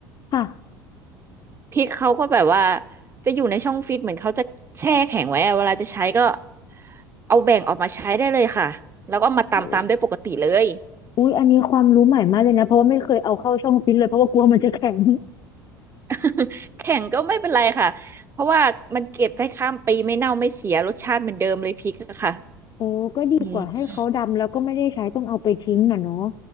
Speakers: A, on the left; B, on the right.
A: ค่ะ
B: พริกเขาก็แบบว่าจะอยู่ในช่องฟิตเหมือนเขาจะแช่แข็งไว้อะเวลาจะใช้ก็เอาแบ่งออกมาใช้ได้เลยค่ะแล้วก็มาตำตามด้วยปกติเลย
A: อุ๊ยอันนี้ความรู้ใหม่มากเลยนะ เพราะว่าไม่เคยเอาเข้าช่องฟิตเลย เพราะว่ากลัวมันจะแข็ง
B: <laughs> แข็งก็ไม่เป็นไรค่ะเพราะว่ามันเก็บได้ข้ามปีไม่เน่าไม่เสียรสชาติเหมือนเดิมเลยพริกอะค่ะ
A: โอ้ก็ดีกว่าให้เขาดำแล้วก็ไม่ได้ใช้ต้องเอาไปทิ้งน่ะเนาะ
B: อืม